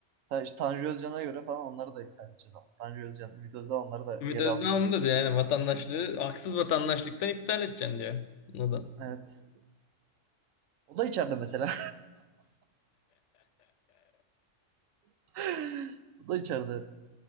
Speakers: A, on the right; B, on the left.
A: Ta- işte Tanju Özcan'a göre falan onları da iptal edeceğiz ama. Tanju Özcan, Ümit Özdağ onları da
B: Ümit
A: geri
B: Özdağ
A: alacak.
B: onu da diyor yani vatandaşlığı haksız vatandaşlıktan iptal edeceksin diyor. Neden?
A: Evet. O da içeride mesela. <laughs> O da içeride.